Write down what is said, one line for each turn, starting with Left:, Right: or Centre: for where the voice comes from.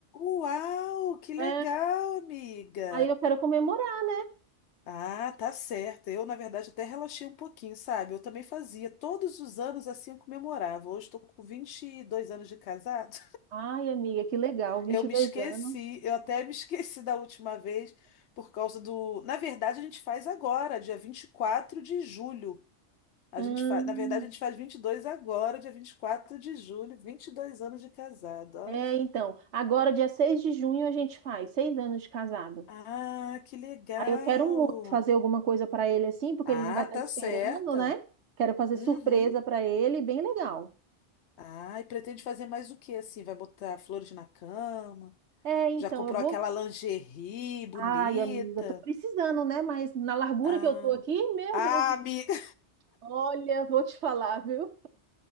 Left: uau, que
Right: É,
Left: legal, amiga.
Right: aí eu quero comemorar.
Left: Ah, tá certo. Eu, na verdade, até relaxei um pouquinho, sabe? Eu também fazia. Todos os anos assim eu comemorava. Hoje estou com 22 anos de casado.
Right: Ai, amiga, que legal, Vinte
Left: Eu me
Right: e dois
Left: esqueci,
Right: anos.
Left: eu até me esqueci da última vez, por causa do. Na verdade, a gente faz agora, dia 24 de julho. A
Right: Hum,
Left: gente faz... Na verdade, a gente faz 22 agora, dia 24 de julho, 22 anos de casado, olha.
Right: é, então, agora dia 6 de junho a gente faz seis anos de casado.
Left: Ah, que legal!
Right: Aí eu quero muito fazer alguma coisa para ele assim, porque
Left: Ah,
Right: ele não vai estar
Left: tá
Right: esperando,
Left: certa.
Right: né? Quero fazer
Left: Uhum.
Right: surpresa para ele, bem legal.
Left: Ah, e pretende fazer mais o que assim? Vai botar flores na cama?
Right: É, então,
Left: Já comprou
Right: eu vou.
Left: aquela lingerie bonita?
Right: Ai, amiga, tô precisando, né? Mas na largura
Left: Ah,
Right: que eu tô aqui, meu
Left: ah,
Right: Deus,
Left: amiga!
Right: olha, vou te falar, viu?